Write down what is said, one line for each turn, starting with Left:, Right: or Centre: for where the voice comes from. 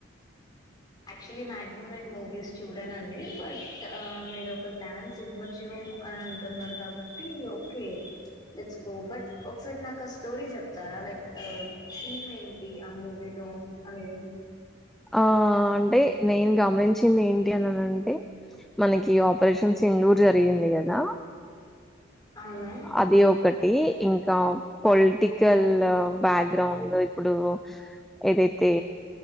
Left: యాక్చువల్లీ మా్యాక్సిమం నేను మూవీస్ చూడానండి బట్ మీరు ఒక గ్లాన్స్ ఇ్వంచం అని అంటున్నారు కాబట్టి ఓకే లెట్స్ గో బట్ ఒకసారి నాకు ఆ స్టోరీ చెప్తారా లైక్ థీమ్ ఏంటి ఆ మూవీ అనేది
Centre: ఆ అంటే నేను గమనించింది ఏంటి అని అనంటే మనకి పషన్ సిధూరు జరిగింది కదా
Left: అవును
Centre: అది ఒకటి ఇంకా పొలిటికల్ బ్యాక్గ్రౌండ్ ఇప్పుడు ఏదైతే